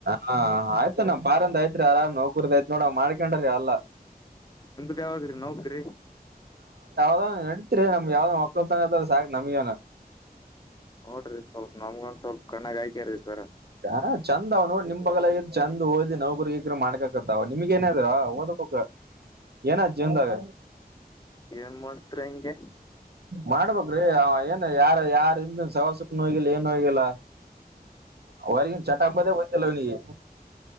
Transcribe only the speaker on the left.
ನಿಮ್ದು ಯಾವಾಗ್ರಿ ನೌಕ್ರಿ
ನೋಡ್ರಿ ಸ್ವಲ್ಪ ನಮ್ಗಂದ ಸ್ವಲ್ಪ. ಕಣ್ಣಗಾಯಕರಿ ಸರ
ಏನ್ ಮಾಡ್ತರಿ ಹಂಗೆ